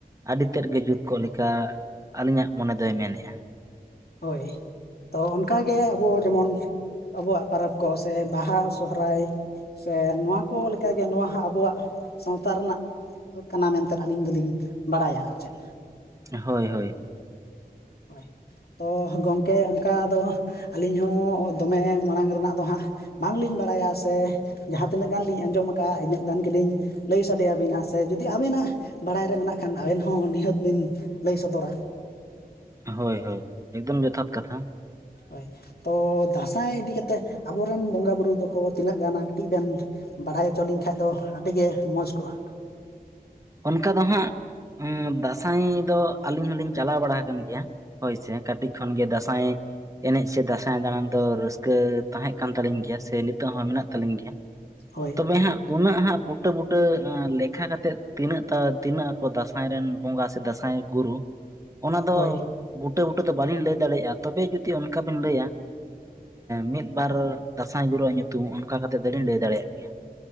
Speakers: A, on the right (about 20°); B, on the left (about 80°).
A: ᱟᱹᱰᱤ ᱛᱮᱫ ᱜᱮ ᱡᱩᱛ ᱠᱚᱜ ᱞᱮᱠᱟ ᱟᱹᱞᱤᱧᱟᱜ ᱢᱚᱱᱮ ᱫᱚᱭ ᱢᱮᱱᱮᱫᱼᱟ᱾
B: ᱦᱳᱭ ᱛᱚ ᱚᱱᱠᱟᱜᱮ ᱟᱵᱚ ᱡᱮᱢᱚᱱ ᱟᱵᱚᱣᱟᱜ ᱯᱚᱨᱚᱵᱽ ᱠᱚ ᱥᱮ ᱵᱟᱦᱟ, ᱥᱚᱦᱚᱨᱟᱭ, ᱥᱮ ᱱᱚᱣᱟ ᱠᱚ ᱞᱮᱠᱟᱜᱮ ᱱᱚᱣᱟ ᱦᱟᱸᱜ ᱟᱵᱚᱣᱟᱜ ᱥᱟᱶᱛᱟ ᱨᱮᱱᱟᱜ, ᱠᱟᱱᱟ ᱢᱮᱱᱛᱮᱫ ᱟᱹᱞᱤᱧ ᱫᱚᱞᱤᱧ ᱵᱟᱲᱟᱭᱟ ᱟᱨ ᱪᱮᱫ᱾
A: ᱦᱳᱭ ᱦᱳᱭ ᱦᱳᱭ
B: ᱦᱳᱭ ᱛᱚ ᱜᱚᱢᱠᱮ ᱚᱱᱠᱟ ᱫᱚ ᱟᱹᱞᱤᱧ ᱦᱚᱸ ᱫᱚᱢᱮ ᱢᱟᱲᱟᱝ ᱨᱮᱱᱟᱜ ᱫᱚ ᱦᱟᱸᱜ, ᱵᱟᱝᱞᱤᱧ ᱵᱟᱲᱟᱭᱟ ᱥᱮ ᱡᱟᱦᱟᱸ ᱛᱤᱱᱟᱹᱜ ᱜᱟᱱ ᱞᱤᱧ ᱟᱸᱡᱚᱢ ᱠᱟᱜᱼᱟ ᱤᱱᱟᱹᱜ ᱜᱟᱱ ᱜᱮᱞᱤᱧ, ᱞᱟᱹᱭ ᱥᱟᱰᱮᱭᱟᱵᱤᱱᱟ ᱥᱮ ᱡᱩᱫᱤ ᱟᱵᱮᱱᱟᱜ ᱵᱟᱲᱟᱭ ᱨᱮ ᱢᱮᱱᱟᱜ ᱠᱷᱟᱱ ᱟᱵᱮᱱ ᱦᱚᱸ ᱱᱤᱦᱟᱹᱛ ᱵᱤᱱ ᱞᱟᱹᱭ ᱥᱚᱫᱚᱨᱟ᱾
A: ᱦᱳᱭ ᱦᱳᱭ ᱮᱠᱫᱚᱢ ᱡᱚᱛᱷᱟᱛ ᱠᱟᱛᱷᱟ᱾
B: ᱦᱳᱭ ᱛᱚ ᱫᱟᱸᱥᱟᱭ ᱤᱫᱤ ᱠᱟᱛᱮᱫ ᱟᱵᱚᱨᱮᱱ ᱵᱚᱸᱜᱟᱼᱵᱩᱨᱩ ᱫᱚᱠᱚ ᱛᱤᱱᱟᱹᱜ ᱜᱟᱱ ᱠᱟᱹᱴᱤᱡ ᱵᱮᱱ ᱵᱟᱲᱟᱭ ᱦᱚᱪᱚ ᱞᱤᱧ ᱠᱷᱟᱡ ᱫᱚ ᱟᱹᱰᱤᱜᱮ ᱢᱚᱡᱽ ᱠᱚᱜᱼᱟ᱾
A: ᱚᱱᱠᱟ ᱫᱚ ᱦᱟᱸᱜ ᱫᱟᱸᱥᱟᱭ ᱫᱚ ᱟᱹᱞᱤᱧ ᱦᱚᱸᱞᱤᱧ ᱪᱟᱞᱟᱣ ᱵᱟᱲᱟ ᱟᱠᱟᱱ ᱜᱮᱭᱟ᱾ ᱦᱳᱭ ᱥᱮ ᱠᱟᱹᱴᱤᱠ ᱠᱷᱚᱱ ᱜᱮ ᱫᱟᱸᱥᱟᱭ ᱮᱱᱮᱡ ᱥᱮ ᱫᱟᱸᱥᱟᱭ ᱫᱟᱬᱟᱱ ᱫᱚ ᱨᱟᱹᱥᱠᱟᱹ ᱛᱟᱦᱮᱸ ᱠᱟᱱ ᱛᱟᱹᱞᱤᱧ ᱜᱮᱭᱟ ᱥᱮ ᱱᱤᱛᱚᱜ ᱦᱚᱸ ᱢᱮᱱᱟᱜ ᱛᱟᱞᱤᱧ ᱜᱮᱭᱟ ᱾
B: ᱦᱳᱭ ᱾
A: ᱟᱯᱮ ᱦᱟᱸᱜ ᱩᱱᱟᱹᱜ ᱦᱟᱸᱜ ᱵᱩᱴᱟᱹ ᱵᱩᱴᱟᱹ ᱞᱮᱠ ᱞᱮᱠᱷᱟ ᱠᱟᱛᱮᱫ ᱛᱤᱱᱟᱹᱜ ᱛᱤᱱᱟᱹᱜ ᱟᱠᱚ ᱫᱟᱸᱥᱟᱭ ᱨᱮᱱ ᱵᱚᱸᱜᱟ ᱥᱮ ᱫᱟᱸᱥᱟᱭ ᱨᱤᱱ ᱜᱩᱨᱩ ᱚᱱᱟ ᱫᱚ
B: ᱦᱳᱭ
A: ᱵᱩᱴᱟᱹ ᱵᱩᱴᱟᱹ ᱫᱚ ᱵᱟᱹᱞᱤᱧ ᱞᱟᱹᱭ ᱫᱟᱲᱮᱭᱟᱜᱼᱟ ᱛᱚᱵᱮ ᱡᱩᱫᱤ ᱚᱱᱠᱟ ᱵᱤᱱ ᱞᱟᱹᱭᱟ ᱾ ᱢᱤᱫ ᱵᱟᱨ ᱫᱟᱸᱥᱟᱭ ᱜᱩᱨᱩ ᱣᱟᱜ ᱧᱩᱛᱩᱢ ᱚᱱᱠᱟ ᱠᱟᱛᱮᱜ ᱫᱚᱞᱤᱧ ᱞᱟᱹᱭ ᱫᱟᱲᱮᱭᱟᱜ ᱜᱮᱭᱟ ᱾